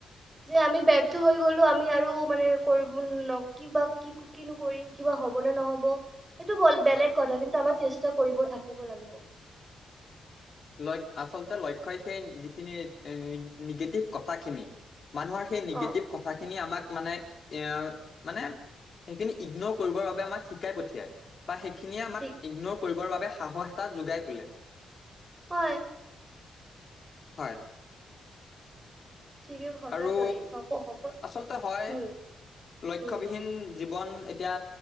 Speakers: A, on the right; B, on the left.
A: যে আমি বৰ্থ হৈ গলো আমি আৰু মানে কৰিব ন কিবা কি কিনো কৰিম কিবা। হ'ব নে নহ'ব সেইটো বেলেগ
B: হয়
A: কথা কিন্তু আমাৰ চেষ্টা কৰিব থাকিব লাগিব
B: ল আচলতে লক্ষ্যই সেই যিখিনি নিগেটিভ কথাখিনি মানুহৰ সেই নিগেটিভ
A: অ
B: কথাখিনি আমাক- মানে এ মানে সেইখিনি ইগনৰ কৰিবৰ বাবে আমাক শিকাই পঠিয়াই বা সেইখিনিয়ে আমাক
A: ঠিক
B: ইগনৰ কৰিবৰ বাবে সাহস এটা যোগাই তোলে-
A: হয়
B: হয়।
A: ঠিকে সঁচাকৈ
B: আৰু
A: সফ সফল
B: আচলতে হয়
A: উম
B: লক্ষ্যবিহীন
A: উম
B: জীৱন- এতিয়া